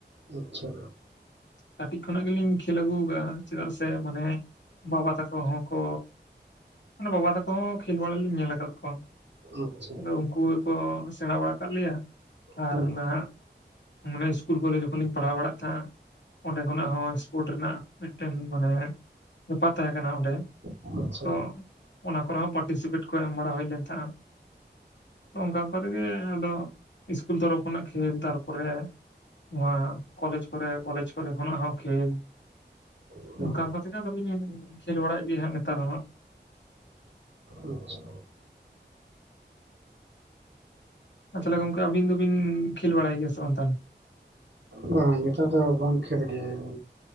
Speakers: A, on the right; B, on the left.
A: ᱟᱪᱪᱷᱟ᱾
B: ᱠᱟᱴᱤᱡ ᱠᱷᱚᱱᱟᱜ ᱜᱮᱞᱤᱧ ᱠᱷᱮᱞ ᱟᱹᱜᱩ ᱠᱟᱜ-ᱟ ᱪᱮᱫᱟᱜ ᱥᱮ ᱢᱟᱱᱮ ᱵᱟᱵᱟ ᱛᱟᱠᱚ ᱦᱚᱸᱠᱚ ᱢᱟᱱᱮ ᱵᱟᱵᱟ ᱛᱟᱠᱚ ᱦᱚᱸ ᱠᱷᱮᱞ ᱵᱟᱲᱟ ᱞᱤᱧ ᱧᱮᱞ ᱟᱠᱟᱫ ᱠᱚᱣᱟ
A: ᱟᱪᱪᱷᱟ
B: ᱟᱫᱚ ᱩᱱᱠᱩ ᱜᱮᱠᱚ ᱥᱮᱬᱟ ᱵᱟᱲᱟ ᱠᱟᱱ ᱞᱮᱭᱟ ᱟᱨ
A: ᱦᱩᱸ
B: ᱱᱟᱦᱟᱜ ᱢᱟᱱᱮ ᱤᱥᱠᱩᱞ ᱠᱚᱨᱮ ᱡᱚᱠᱷᱚᱱ ᱞᱤᱧ ᱯᱟᱲᱦᱟᱣ ᱵᱟᱲᱟᱜ ᱛᱟᱦᱮᱸᱜᱼᱟ ᱾ ᱚᱸᱰᱮ ᱠᱷᱚᱱᱟᱜ ᱦᱚᱸ ᱥᱯᱳᱨᱴ ᱨᱮᱱᱟᱜ ᱢᱤᱫᱴᱮᱱ ᱢᱟᱱᱮ ᱵᱮᱯᱟᱨ ᱛᱟᱦᱮᱸ ᱠᱟᱱᱟ ᱚᱸᱰᱮ,
A: ᱦᱮᱸ ᱟᱪᱪᱷᱟ
B: ᱛᱚ ᱚᱱᱟ ᱠᱚᱨᱮ ᱦᱚᱸ ᱯᱟᱴᱤᱥᱤᱯᱮᱴ ᱠᱚ ᱮᱢ ᱵᱟᱲᱟ ᱦᱩᱭ ᱞᱮᱱ ᱛᱟᱦᱮᱜᱼᱟ ᱾ ᱛᱚ ᱚᱱᱠᱟ ᱚᱱᱠᱟ ᱛᱮᱜᱮ ᱟᱫᱚ ᱤᱥᱠᱩᱞ ᱛᱚᱨᱚᱯᱷ ᱠᱷᱚᱱᱟᱜ ᱠᱷᱮᱞ, ᱛᱟᱨᱯᱚᱨᱮ ᱱᱚᱣᱟ ᱠᱚᱞᱮᱡᱽ ᱠᱚᱨᱮ ᱠᱚ ᱠᱷᱚᱱᱟᱜ ᱦᱚᱸ ᱠᱷᱮᱞ᱾
A: ᱦᱩᱸ
B: ᱚᱱᱠᱟ ᱚᱱᱠᱟ ᱛᱮᱜᱮ ᱟᱫᱚ ᱞᱤᱧ ᱠᱷᱮᱞ ᱵᱟᱲᱟᱭ ᱮᱫ ᱜᱮᱭᱟ ᱦᱟᱸᱜ ᱱᱮᱛᱟᱨ ᱦᱚᱸ ᱦᱟᱸᱜ᱾
A: ᱟᱪᱪᱷᱟ,
B: ᱟᱨ ᱛᱟᱦᱚᱞᱮ ᱜᱚᱝᱠᱮ ᱟᱹᱵᱤᱱ ᱫᱚᱵᱤᱱ ᱠᱷᱮᱞ ᱵᱟᱲᱟᱭ ᱜᱮᱭᱟ ᱥᱮ ᱵᱟᱝ ᱛᱟᱦᱞᱮ?
A: ᱵᱟᱝ ᱱᱮᱛᱟᱨ ᱫᱚ ᱵᱟᱝ ᱠᱷᱮᱞ ᱜᱮᱭᱤᱧ᱾